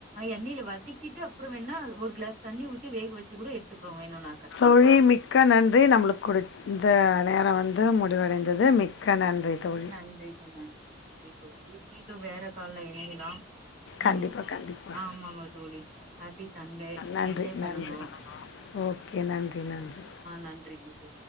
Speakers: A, on the right; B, on the left.
A: எண்ணயில வதக்கிட்டு அப்புறம் வேணா ஒரு கிளாஸ் தண்ணி ஊத்தி வேக வச்சு கூட எடுத்துக்கிறோம் வேணும்
B: மொழி மிக்க நன்றி நம்மளுக்கு கொடுத்து இந்த நேரம் வந்து முடிவடைந்தது மிக்க நன்றி தோழி
A: நன்றி நன்றி நன்றி தோழி மீண்டும் வேற கால இணைையலாம் நீ
B: கண்டிப்பா கண்டிப்பா
A: ஆ ஆமாங்க தோழி ஹாப்பி சண்டே
B: நன்றி
A: என்ஜாய் பண்ணுங்க
B: நன்றி ஓகே நன்றி நன்றி
A: நன்றிங்க தோழி